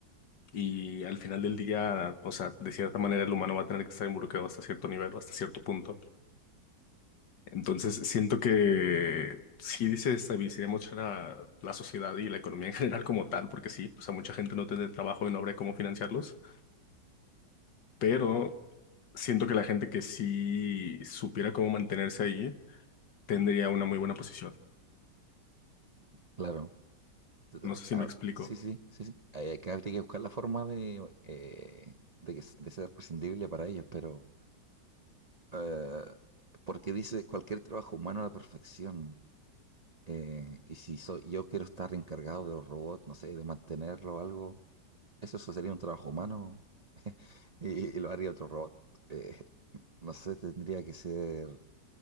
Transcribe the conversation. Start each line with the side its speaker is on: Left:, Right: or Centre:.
Left: y al final del día, o sea, de cierta manera el humano va a tener que estar involucrado hasta cierto nivel, hasta cierto punto. Entonces, siento que sí desestabilizaría mucho la, la sociedad y la economía en general como tal, porque sí, o sea, mucha gente no tendría trabajo y no habría cómo financiarlos, pero siento que la gente que sí supiera cómo mantenerse ahí tendría una muy buena posición.
Right: Claro. Entonces,
Left: No sé si
Right: ah,
Left: me explico.
Right: sí, sí, sí, sí. Eh, que habría que buscar la forma de, eh, de, que s- de ser prescindible para ellos, pero Eh, porque dice cualquier trabajo humano a la perfección. Eh, y si soy, yo quiero estar encargado de los robots, no sé, de mantenerlo o algo, eso, eso sería un trabajo humano <laughs> y, y lo haría otro robot. Eh, no sé, tendría que ser...